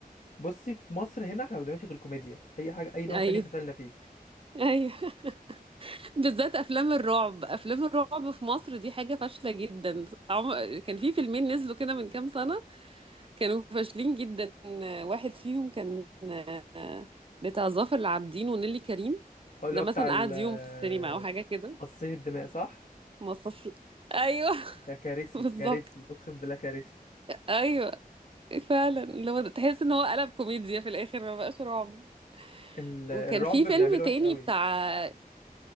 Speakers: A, on the left; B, on the right.
A: بصي في مصر هنا احنا ما بنعملش غير كوميديا اي حاجه اي نوع
B: أيوه
A: تاني فشلنا فيه
B: أيوه <laughs> بالذات أفلام الرعب أفلام الرعب في مصر دي حاجة فاشلة جدا عم... كان في فيلمين نزلوا كده من كام سنة كانوا فاشلين جدا واحد فيهم كان آه، بتاع ظافر العابدين ونيلي كريم
A: او اللي
B: ده
A: هو
B: مثلا
A: بتاع ال-
B: قعد يوم في السينما أو حاجة كده
A: مصاصين الدماء صح
B: مصاص ايوه
A: ده كارثي
B: <laughs> بالظبط
A: كارثي اقسم بالله كارثي
B: ايوه فعلا اللي هو تحس ان هو قلب كوميديا في الاخر ما بقاش رعب
A: ال-
B: وكان
A: الرعب
B: في
A: بنعمله
B: فيلم تاني
A: وحش قوي
B: بتاع